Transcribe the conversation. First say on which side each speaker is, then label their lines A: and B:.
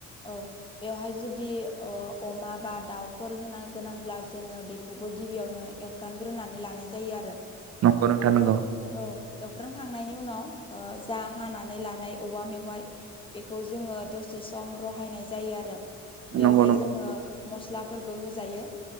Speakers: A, on the left (about 15°); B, on the right (about 55°).
A: औ बेवहाय जुदि ओ अमा बा दाउफोर होना गोनांब्ला जोङो बेखौबो गिबियावनो एवफ्रामग्रोनानै लानाय जायो आरो
B: नंगौ नोंथां
A: बेखौ
B: नंगौ
A: औ एवफ्रामखांनायनि उनाव ओ जा हानानै लानाय औवा मेवाइ बेखौ जोङो दसे सम रहायनाय जायो आरो बेवहाय
B: नंगौ नोंथां नंगौ
A: जोङो मस्लाफोरबो होजायो